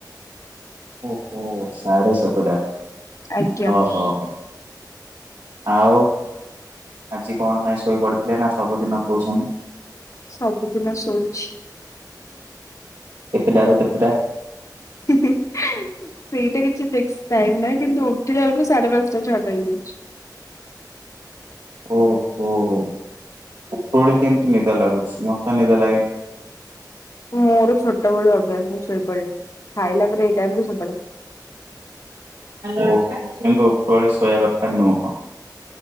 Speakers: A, on the right (about 70°); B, on the left (about 45°).
A: ଓହୋ ସା଼େଢ଼େ ସାତଟା ହଟା
B: ଆଜ୍ଞା
A: ହ ହ। ଆଉ ଆଜି କଣ ପାଇଁ ଶୋଇପଡିଥିଲେ ନା ସବୁଦିନ ଶୋଇଛନ୍ତି?
B: ସବୁଦିନ ଶୋଉଛି।
A: କେତେଟା ରୁ କେତେଟା?
B: ସେଇଟା କିଛି <unintelligible> କିନ୍ତୁ ଉଠିଲା ବେଳକୁ ସାଢେ ପାଞ୍ଚଟା ଛଅଟା ହେ ଯାଉଛି।
A: ଓହୋ ଓପରାବଳି କେମିତି ନିଦ ଲାଗୁଛି ମତେ ନିଦ ଲାଗେନି?
B: ମୋର ଛୋଟବେଳୁ ଅଭ୍ୟାସ ମୁଁ ସୋଇପଡ଼େ ଖାଇଲା ପରେ ଏଇ ଟାଇମ ରୁ ସୋଇପଡ଼େ।
A: ଓ କିନ୍ତୁ ଉପଳି ଶୋଇବା କଥା ନୁହଁ।